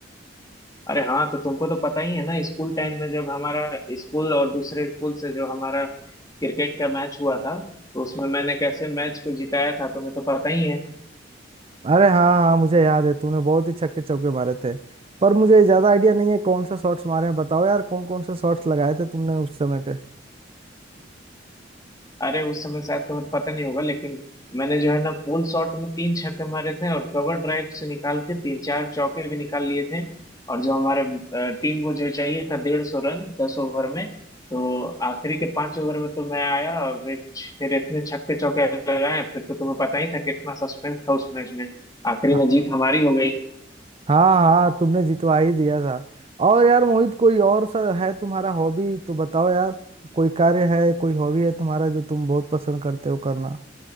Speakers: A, on the left; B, on the right.
A: अरे हाँ तो तुमको तो पता ही है ना स्कूल टाइम में जब हमारा स्कूल और दूसरे स्कूल से जो हमारा क्रिकेट का मैच हुआ था तो उसमें मैंने कैसे मैच को जिताया था तुम्हें तो पता ही है
B: अरे हाँ हाँ हाँ, मुझे याद है तुमने बहुत ही छक्के चौके मारे थे पर मुझे ज्यादा आइडिया नहीं है कौन सा शॉट्स मारे हैं बताओ यार कौन कौन सा शॉट्स लगाए थे तुमने उस समय पे
A: अरे उस समय शायद तुम्हें पता नहीं होगा लेकिन मैंने जो है ना पुल शॉट में तीन छक्के मारे थे और कवर ड्राइव से निकाल के तीन चार चौके भी निकाल लिए थे और जो हमारे अ, टीम को जो चाहिए था डेढ़ सौ रन दस ओवर में तो आखिरी के पांच ओवर में तो मैं आया और वे छ- फिर इतने छक्के चौके लगाए फिर तो तुम्हें पता ही था कितना सस्पेंस था उस मैच में आखिरी
B: हाँ
A: में जीत हमारी हो गई
B: हाँ हाँ, तुमने जितवा ही दिया था और यार मोहित कोई और सा है तुम्हारा हॉबी तो बताओ यार कोई कार्य है कोई हॉबी है तुम्हारा जो तुम बहुत पसंद करते हो करना